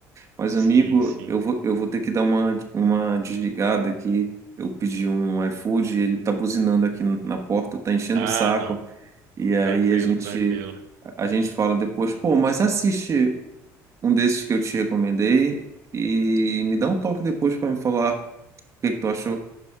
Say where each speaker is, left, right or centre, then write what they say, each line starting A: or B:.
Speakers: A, on the right; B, on the right.
A: Mas,
B: Sim,
A: amigo,
B: sim.
A: eu vou, eu vou ter que dar uma, uma desligada aqui. Eu pedi um iFood, ele tá buzinando aqui na porta, tá enchendo
B: Ah,
A: o saco.
B: não.
A: E aí
B: Tranquilo,
A: a gente,
B: tranquilo.
A: a gente fala depois, pô, mas assiste um desses que eu te recomendei e me dá um toque depois pra me falar o que que tu achou.